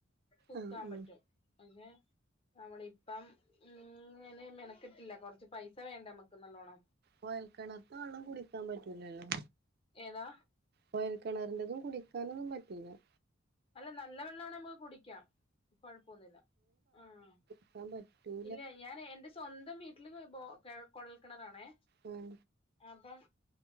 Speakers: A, on the left; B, on the right.
A: കുത്താൻ
B: ആഹ് ആഹ്
A: പറ്റും അങ്ങെ നമ്മളിപ്പം ഇങ്ങനെ മെനക്കെട്ടില്ല കൊറച്ച് പൈസ വേണ്ട നമുക്ക് നല്ലോണം
B: കുഴൽക്കിണറത്തെ വെള്ളം കുടിക്കാൻ പറ്റൂല്ലല്ലോ
A: ഏതാ
B: കുഴൽ കിണറിന്റെതും കുടിക്കാനൊന്നും പറ്റൂല്ല
A: അല്ല നല്ല വെള്ളമാണേ നമുക്ക് കുടിക്കാം കുഴപ്പൊന്നുമില്ല ആഹ്
B: <unintelligible> പറ്റുമോ
A: ഇല്ല ഞാൻ എന്റെ സ്വന്തം വീട്ടില് ബോ കുഴൽക്കിണറാണേ
B: ഉം
A: അപ്പം